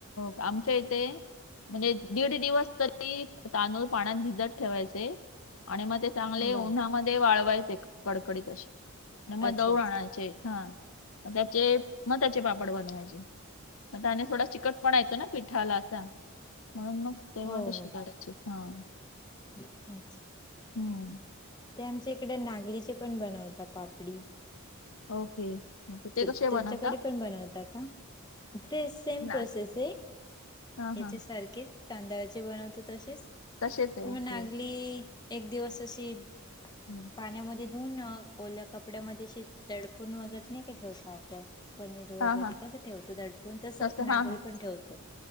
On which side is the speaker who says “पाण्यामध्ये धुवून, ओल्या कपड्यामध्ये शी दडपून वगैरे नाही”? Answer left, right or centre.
Left